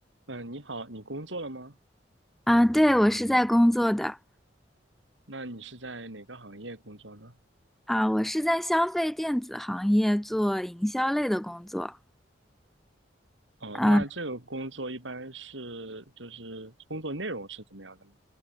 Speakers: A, on the right (about 90°); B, in the centre.
A: 嗯，你好，你工作了吗？
B: 啊，对，我是在工作的
A: 那你是在哪个行业工作呢？
B: 啊，我是在消费电子行业做营销类的工作。
A: 哦，
B: 啊。
A: 那这个工作一般是就是工作内容是怎么样的呢？